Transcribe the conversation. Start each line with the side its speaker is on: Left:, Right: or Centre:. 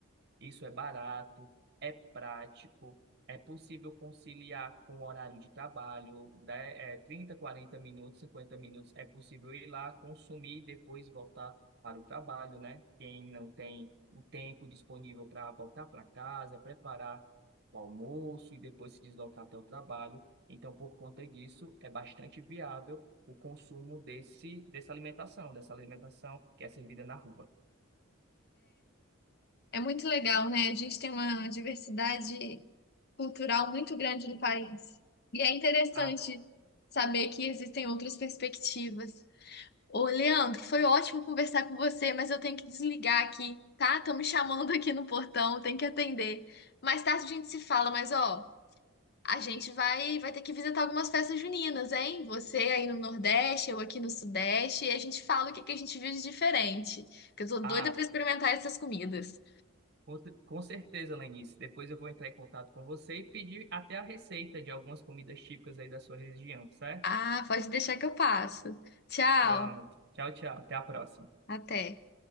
Right: Isso é barato, é prático, é possível conciliar com o horário de trabalho, né? É 30 40 minutos, 50 minutos, é possível ir lá, consumir e depois voltar para o trabalho, né? Quem não tem o tempo disponível para voltar para casa, preparar o almoço e depois se deslocar até o trabalho. Então, por conta disso, é bastante viável o consumo desse, dessa alimentação, dessa alimentação que é servida na rua.
Left: É muito legal, né? A gente tem uma diversidade cultural muito grande no país. E é interessante
Right: A,
Left: saber que existem outras perspectivas. Ô, Leandro, foi ótimo conversar com você, mas eu tenho que desligar aqui, tá? Estão me chamando aqui no portão, tenho que atender. Mais tarde a gente se fala, mas ó, a gente vai vai ter que visitar algumas festas juninas, hein? Você aí no Nordeste, eu aqui no Sudeste, e a gente fala o que que a gente viu de diferente, que eu tô doida
Right: a
Left: pra experimentar essas comidas.
Right: Com com certeza, Lenice. Depois eu vou entrar em contato com você e pedir até a receita de algumas comidas típicas aí da sua região, certo?
Left: Ah, pode deixar que eu passo. Tchau,
Right: Pronto. Tchau, tchau. Até a próxima.
Left: até.